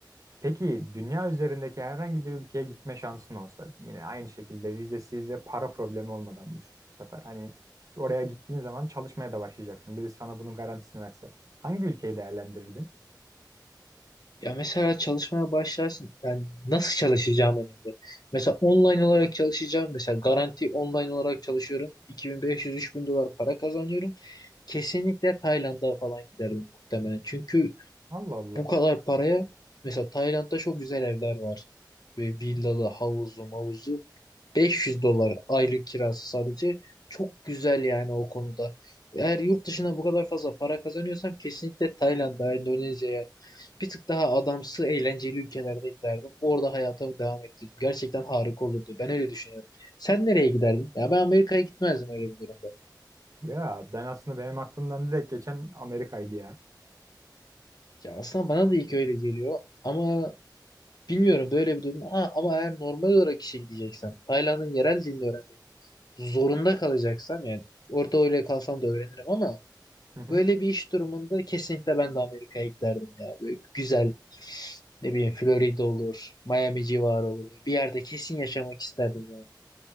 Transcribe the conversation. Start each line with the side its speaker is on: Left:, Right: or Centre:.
Right: Peki dünya üzerindeki herhangi bir ülkeye gitme şansın olsa yine aynı şekilde vizesiz ve para problemi olmadan bu bu sefer hani oraya gittiğin zaman çalışmaya da başlayacaksın. Birisi sana bunun garantisini verse hangi ülkeyi değerlendirirdin?
Left: Ya mesela çalışmaya başlarsın. Yani nasıl çalışacağım önemli. Mesela online olarak çalışacağım. Mesela garanti online olarak çalışıyorum. 2500-3000 dolar para kazanıyorum. Kesinlikle Tayland'a falan giderdim muhtemelen. Çünkü
Right: Allah Allah.
Left: bu kadar paraya mesela Tayland'da çok güzel evler var. Ve villalı, havuzlu, mavuzlu. 500 dolar aylık kirası sadece. Çok güzel yani o konuda. Eğer yurt dışına bu kadar fazla para kazanıyorsam kesinlikle Tayland'a, Endonezya'ya bir tık daha adamsı, eğlenceli ülkelerde giderdim. Orada hayatımı devam ettirdim. Gerçekten harika olurdu. Ben öyle düşünüyorum. Sen nereye giderdin? Ya ben Amerika'ya gitmezdim öyle bir durumda.
Right: Ya ben aslında benim aklımdan direkt geçen Amerika'ydı ya.
Left: Ya aslında bana da ilk öyle geliyor ama bilmiyorum böyle bir durum. Ha, ama eğer normal olarak işe gideceksen, Tayland'ın yerel dilini öğrenmek zorunda kalacaksam yani orada öyle kalsam da öğrenirim ama
Right: <laughs>
Left: böyle bir iş durumunda kesinlikle ben de Amerika'ya giderdim ya. Böyle güzel ne bileyim Florida olur, Miami civarı olur. Bir yerde kesin yaşamak isterdim yani.